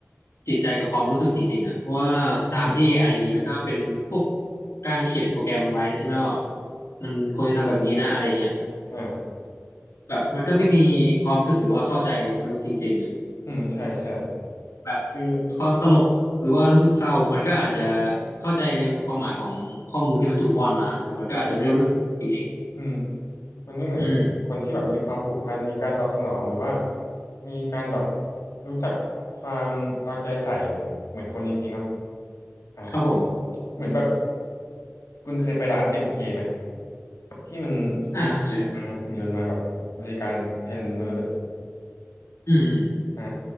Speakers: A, on the left; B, on the left.
A: จิตใจกับความรู้สึกจริงๆอ่ะเพราะว่าตามที่
B: อืม
A: AI มีมันก็เป็นพวกการเขียนโปรแกรมไว้นะใช่ไหมว่ามันควรจะทำแบบนี้นะอะไรอย่างเงี้ย
B: อ่า
A: แบบมันก็ไม่มีความรู้สึกหรือว่าเข้าใจมนุษย์จริงๆอ่ะ
B: อืมใช่ใช่
A: แบบ
B: คือ
A: ความตลกหรือว่ารู้สึกเศร้ามันก็อาจจะเข้าใจในความหมายของข้อมูลที่มันถูกป้อนมาแต่มันก็อาจจะไม่ได้รู้สึกจริง
B: ของโค้ด อืมมันไม่เหมือนคนที่แบบมีความผูกพันมีการตอบสนองหรือว่า
A: ๆอืม
B: มีการแบบรู้จักความเอาใจใส่เหมือนคนจริงๆเนาะอ่า
A: ครับผม
B: เหมือนแบบคุณเคยไปร้าน MK ไหมที่มันมีหุ่นมาหุ่นยนต์มาแบบบริการแทนมนุษย์อะ
A: อ่าเคยครับอืมอืม
B: อ่า